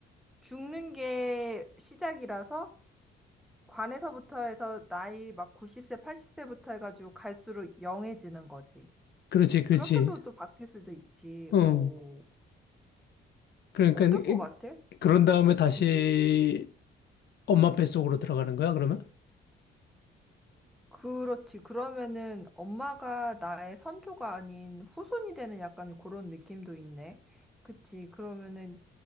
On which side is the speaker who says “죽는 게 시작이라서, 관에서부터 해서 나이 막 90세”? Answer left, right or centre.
Centre